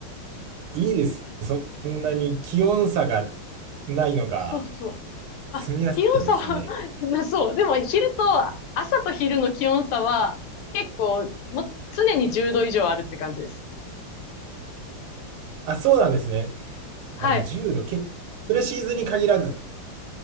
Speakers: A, on the right; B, on the left.
A: いいです。そんなに気温差がないのが。
B: そうそうあ、
A: 住みやすいですね。
B: 気温差は <laughs> なそう。でも昼と、朝と昼の気温差は結構、もう常に10度以上あるって感じです。
A: あ、そうなんですね。
B: はい。
A: あ、でも10度結構、それはシーズンに限らずって